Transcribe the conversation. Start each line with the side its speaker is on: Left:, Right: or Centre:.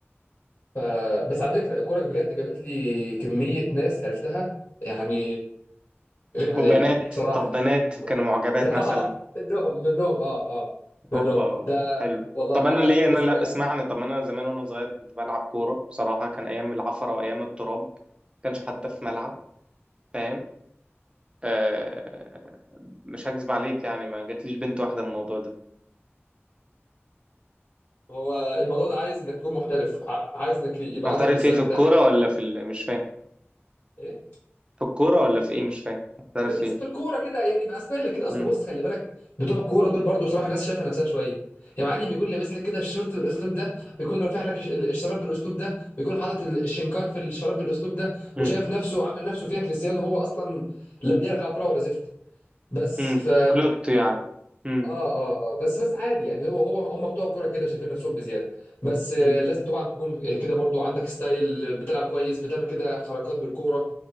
Left: ف... بس على فكره الكوره بجد جابت لي كميه ناس عرفتها يعني غير عاديه
Right: وبنات
Left: بصراحه
Right: طب بنات
Left: <laughs>
Right: كانوا معجبات
Left: اه
Right: مثلا
Left: منهم منهم اه اه منهم
Right: اوبا
Left: ده
Right: حلو
Left: والله
Right: طب
Left: حد
Right: انا ليه انا
Left: بس
Right: لا
Left: بجد
Right: اسمعني طب انا زمان وانا صغير كنت بلعب كورة بصراحة كان ايام العفرة وايام التراب ما كانش حتى في ملعب فاهم آه مش هكذب عليك يعني ما جاتليش بنت واحدة من الموضوع ده
Left: ما هو الموضوع ده عايز انك تكون محترف ع- عايز انك يبقى
Right: هحترف
Left: عندك الستايل
Right: فيه في
Left: بتاعك
Right: الكورة ولا في ال... مش فاهم
Left: ايه
Right: في الكورة ولا في ايه مش فاهم هحترف
Left: في
Right: فيه
Left: لسه في الكوره كده يعني يبقى ستايلك كده اصل
Right: مم.
Left: بص خلي بالك بتوع الكوره دول برضو صراحه الناس شايفه نفسها شويه يا معلم يكون لابس لك كده الشورت بالاسلوب ده ويكون رافع لك الش- الشراب بالاسلوب ده ويكون حاطط ال- الشنكار في الشراب بالاسلوب ده
Right: مم.
Left: وشايف نفسه وعامل نفسه فيها كريستيانو وهو اصلا لا بيعرف يلعب كوره ولا زفت بس
Right: مم.
Left: ف
Right: كلوت يعني مم.
Left: اه اه اه بس بس عادي يعني هو هو هم بتوع الكوره كده شايفين نفسهم بزياده بس آه،
Right: مم.
Left: لازم طبعا تكون كده برضو عندك ستايل بتلعب كويس بتعمل كده حركات بالكوره